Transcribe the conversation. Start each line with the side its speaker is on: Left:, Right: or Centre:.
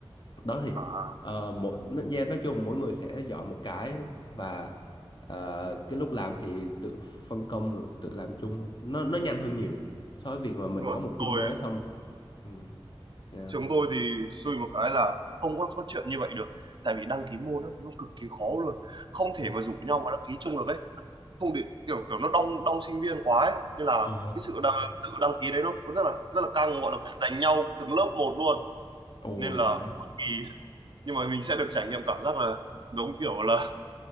Left: đó thì
Right: à
Left: ờ, mỗi nói- yeah, nói chung mỗi người sẽ giỏi một cái và ờ, cái lúc làm thì tự phân công rồi, tự làm chung thôi. nó nó nhanh hơn nhiều so với việc mà mình
Right: đúng rồi
Left: có một
Right: tôi
Left: team mới xong ừ, yeah.
Right: trường tôi thì xui một cái là không có có chuyện như vậy được tại vì đăng ký môn đó, nó cực kỳ khó luôn không thể
Left: Ủa?
Right: mà rủ nhau mà đăng ký chung được ấy không để kiểu kiểu nó đông đông sinh viên quá ấy. nên là
Left: Ờ.
Right: cái sự đăng, tự đăng ký đấy nó rất là rất là căng gọi là phải giành nhau từng lớp một luôn
Left: Ôi
Right: nên là
Left: phải
Right: mỗi kỳ nhưng mà mình sẽ được trải nghiệm cảm giác là giống kiểu là